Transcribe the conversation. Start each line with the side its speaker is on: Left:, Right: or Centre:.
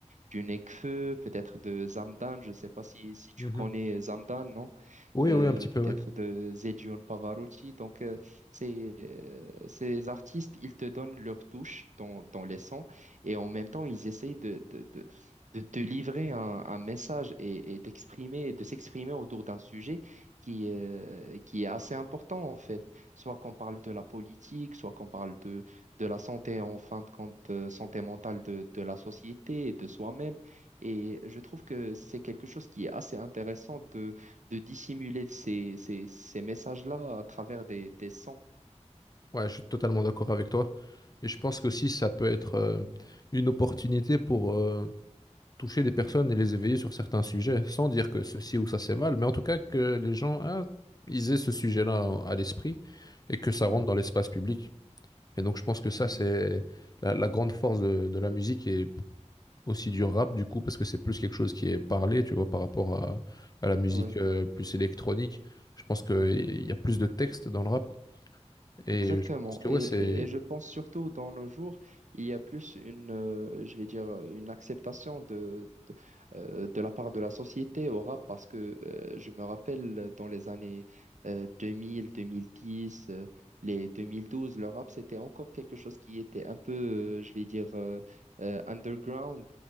Right: du Nekfeu, peut-être de Zamdan. Je ne sais pas si, si tu
Left: Mhm.
Right: connais Zamdan, non?
Left: Oui,
Right: euh,
Left: oui, un petit
Right: peut-être
Left: peu, oui.
Right: de Zedjon Pavarotti. Donc, euh, ces, euh, ces artistes, ils te donnent leur touche dans, dans les sons et en même temps, ils essayent de, de, de, de te livrer un, un message et, et d'exprimer, de s'exprimer autour d'un sujet qui, euh, qui est assez important en fait. Soit qu'on parle de la politique, soit qu'on parle de, de la santé en fin de compte, euh, santé mentale de, de la société et de soi-même. Et je trouve que c'est quelque chose qui est assez intéressant de de dissimuler ces, ces, ces messages-là à travers des, des sons.
Left: Ouais, je suis totalement d'accord avec toi. Et je pense qu'aussi, ça peut être euh, une opportunité pour euh, toucher des personnes et les éveiller sur certains sujets, sans dire que ceci ou ça c'est mal, mais en tout cas que les gens, ah, ils aient ce sujet-là à l'esprit et que ça
Right: Ouais,
Left: rentre dans l'espace public. Et donc, je pense que ça,
Right: ouais,
Left: c'est la, la grande force de, de la musique et aussi du rap du coup parce que c'est plus quelque chose qui est parlé, tu vois, par rapport à, à la musique
Right: ouais.
Left: euh, plus électronique. Je pense qu'il y a plus de texte dans le rap et
Right: Exactement.
Left: je pense que
Right: Et,
Left: ouais, c'est
Right: et- et je pense surtout dans nos jours, il y a plus une, euh, je vais dire, euh, une acceptation de, de, euh, de la part de la société au rap parce que euh, je me rappelle dans les années euh, 2000, 2010, euh, les 2012, le rap, c'était encore quelque chose qui était un peu, euh, je vais dire, euh, euh, underground.